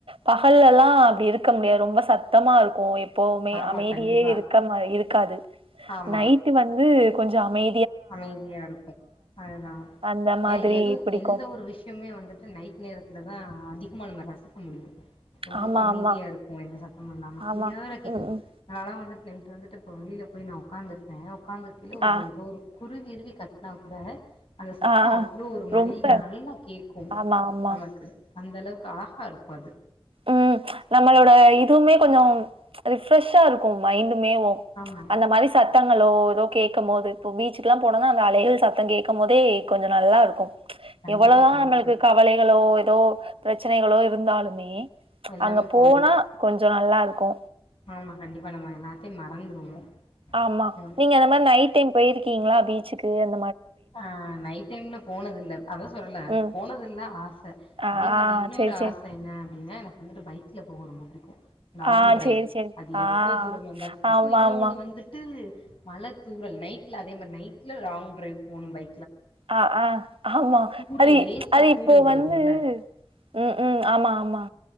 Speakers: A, on the right (about 75°); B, on the left (about 75°).
A: பகல்ல எல்லா அப்டி இரு க்க முடியாது ரொம்ப சத்தமா இருக்கு எப்வுமே
B: ஆமா
A: அமைதியே
B: கண்டிப்பா
A: இருக்க மா இரு க்காது
B: ஆமா
A: நைட்டு வந்து கொஞ்சோ அமை
B: அமைதியா இருக்கு அதுதா
A: அந்த மாதிரி
B: ஏ எது
A: பிடிக்கு
B: எந்த ஒரு விஷ்யமே வந்துட்டு நைட் நேரத்துலதா அதி கமாலுமே ரசிக்க முடியு ரொம்ப
A: ஆமா
B: அமைதியா
A: ஆமா
B: இருக்கு எந்த சத்தமு இல்லாம கிளியரா
A: ஆமா
B: கேக்கு
A: ம் ம்
B: அதனால வந்து நைட்டு வந்துட்டு இப்போ வெளில போயி நா உக்காந்துருப்பேன் உக்காந்த கீழ ஒரு
A: ஆ
B: எதோ ஒரு குருவி இருவி கத் நாவு கூடே அந்தே சத்தோ
A: ஆ
B: அவ்ளோ ஒரு மைல்ட்டா
A: ரொம்ப
B: நல்லா கேட்கோ
A: ஆமா ஆமா
B: நமக்கு அந்தளவுக்கு ஆஹா இருக்கோ அது
A: ம் ச்ச நம்மளோட இதுவுமே கொஞ்சோ ச்ச ரிஃப்ரெஷ்ஷா இருக்கோ மைண்ட்டு மேவோ ச்ச
B: ஆமா
A: அந்தே மாரி சத்தங்களோ றோ கேக்கம்மோது இப்போ பீச்சுக்குலா போனோனா அந்தே அலைகள் சத்தங் கேக்கம் மோதே கொஞ்சோ நல்லாலிருக்கு ச்ச
B: கண்டிப்பா
A: எவளோதா
B: கண்டிப்பா
A: நம்மளுக்கு கவலைகளோ இ தோ பிரச்சனைகளோ இருந்தாலுமே
B: எல்லாமே
A: அங்க போனா
B: போயிடு
A: கொன் சொ நல்லா இருக்கு
B: ஆமா கண்டிபா நம்ம எல்லாத்தையு மறந்துருவோ
A: ஆமா
B: ம்
A: நீங்க அந்த மாரி நைட் டைம் போயிருக்கீங்களா பீச்சுக் <unintelligible>
B: ஆஹ் நைட் டைம்ல போனதில்ல அதா சொல்றல
A: ம்.
B: போனதில்ல ஆச
A: ஆ
B: அதே மாரி இன்னொரு
A: சரி, சரி.
B: ஆச என்ன அப்டின்னா எனக்கு வந்துட்டு பைக்ல போக ரொம்ப பிடிக்கு லாங்
A: ஆ
B: டிரைவ்
A: சரி, சரி.
B: அது
A: ஆ
B: எவ்ளோ தூரம் வந்தாலு பிடிக்கு
A: ஆமாமா.
B: இன்னொண்ணு வந்துட்டு மல தூரல் நைட்ல அதே மாரி நைட்ல லாங் டிரைவ் போணும் பை
A: அஹ் ஆஹ் ஆமா
B: தூறல்
A: அது
B: லேசா
A: அது
B: தூறல்
A: இப்போ
B: விழுகுல்ல
A: வந்து உம் உம் ஆமா ஆமா